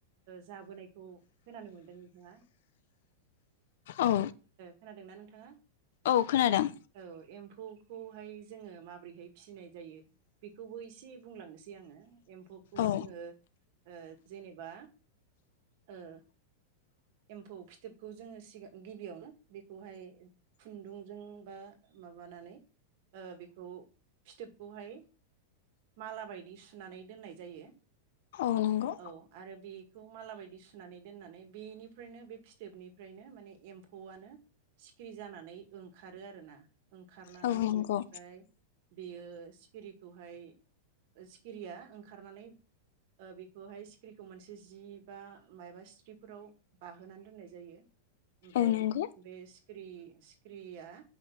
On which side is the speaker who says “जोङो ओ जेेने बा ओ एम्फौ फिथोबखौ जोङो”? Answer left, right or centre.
Right